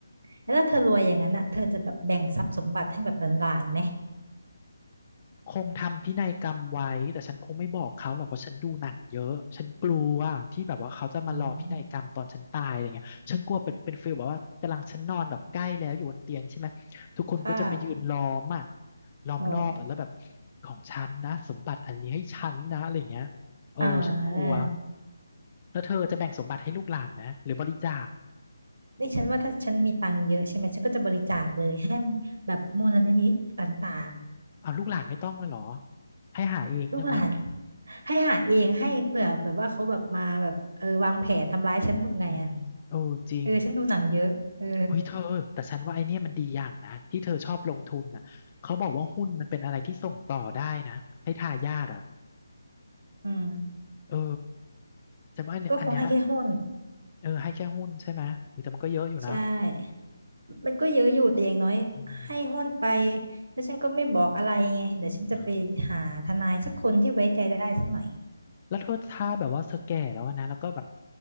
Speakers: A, on the right; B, on the left.
A: แล้วถ้าเธอรวยอย่างนั้นอ่ะเธอจะแบบแบ่งทรัพย์สมบัติให้แบบหลานๆไหม
B: คงทำพินัยกรรมไว้แต่ฉันคงไม่บอกเขาหรอกว่าฉันดูหนังเยอะฉันกลัวที่แบบว่าเขาจะมารอพินัยกรรมตอนฉันตายอะไรเงี้ยฉันกลัวเป็นเป็นฟีลแบบว่ากำลังฉันนอนแบบใกล้แล้วอยู่บนเตียงใช่ไหม
A: อืม
B: ทุกคนก็จะมายืนล้อมอ่ะ
A: ค่ะ
B: ล้อมรอบอ่ะแล้วแบบ
A: อ๋อ
B: ของฉันนะสมบัติอันนี้ให้ฉันนะอะไรเงี้ยเออฉันกลัว
A: เออ
B: แล้วเธอจะแบ่งสมบัติให้ลูกหลานไหมหรือบริจาค
A: ดิฉันว่าถ้าฉันมีตังค์เยอะใช่ไหมฉันก็จะบริจาคเลยให้แบบมูลนิธิต่าง
B: เอาลูกหลานไม่ต้องเลยเหรอให้หาเองใช่ไหม
A: ๆลูกหลานให้หาเองให้เผื่อแบบว่าเขาแบบมาแบบเออวางแผนทำร้ายฉันทำไงอะ
B: อืมโอ้จริง
A: เออฉันดูหนังเยอะเออ
B: อุ้ยเธอแต่ฉันว่าไอเนี่ยมันดีอย่างนะที่เธอชอบลงทุนน่ะเขาบอกว่าหุ้นมันเป็นอะไรที่ส่งต่อได้นะให้ทายาทอ่ะ
A: อืม
B: เออจำว่าอันเนี้ยอันเนี้ย
A: ก็คงให้แค่หุ้น
B: เออให้แค่หุ้นใช่ไหมอุ๊ยแต่มันก็เยอะอยู่นะ
A: ใช่มันก็เยอะอยู่แต่อย่างน้อย
B: อืม
A: ให้หุ้นไปแล้วฉันก็ไม่บอกอะไรไงเดี๋ยวฉันจะไปหาทนายสักคนที่ไว้ใจได้สักหน่อย
B: อ๋อแล้วเธอถ้าแบบว่าเธอแก่แล้วอะนะแล้วก็แบบ